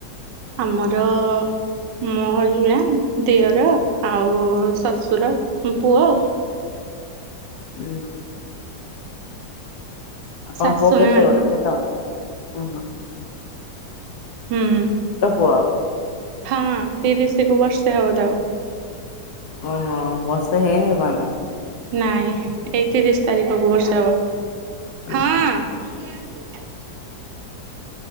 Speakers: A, on the right; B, on the left.
A: ଆମର ମୋ ହଜବେଣ୍ଡ୍, ଦିଅର, ଆଉ ଶଶୁର ମୋ ପୁଅ।
B: ହୁଁ। ଆପଣଙ୍କ
A: ଶାଶୁ
B: ପୁଅ କେତେ
A: ନାହାନ୍ତି
B: ବଡ? ଛୋଟ? କହୁନ।
A: ହୁଁ, ହୁଁ,
B: ପୁଅ
A: ହଁ ତିରିଶ କୁ ବର୍ଷେ ହବ ତାକୁ।
B: ଓହୋ! ବର୍ଷେ ହେଇନି ଏପନ୍ତ?
A: ନାଇଁ ଏଇ ତିରିଶ ତାରିଖକୁ ବର୍ଷେ ହବ।
B: ତାକୁ?
A: ହଁ।